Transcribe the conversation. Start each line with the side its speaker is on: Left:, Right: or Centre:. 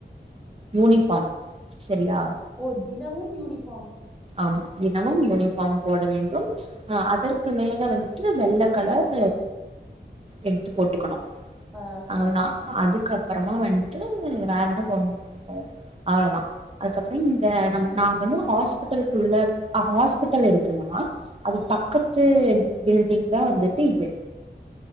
Right: யூனிபார்ம் சரியா
Centre: ஓ தினமும் யூனிஃபார்ம்
Right: ஆம் தினமும் யூனிஃபார்ம் போட வேண்டும் ஆ அதற்கு மேல வந்து வெள்ள கலர் எடுத்து போட்டுக்கணும்
Centre: ஆ
Right: அவளோ தா அதுக்கு அதுக்கப்பறம் வந்துட்டு வேற என்ன போண்ணும் அவ்வளவுதா அதுக்கப்புறம் இந்தம நாங்க வந்து ஹ ஹாஸ்பிட்டல் குள்ள என்னோட காலேஜ் ஹாஸ்பிட்டல் இருக்குன்னா அது பக்கத்து பில்டிங் தா வந்துட்டு இது